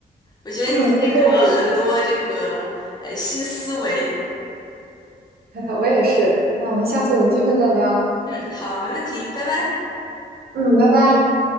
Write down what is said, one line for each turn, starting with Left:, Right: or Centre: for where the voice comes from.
Left: 我觉得你今天给我了很多这个呃新思维。
Right: 嗯，不客气，<laughs> 我也是。那我们下次有机会再聊。
Left: 嗯，好，没问题，拜拜。
Right: 嗯，拜拜。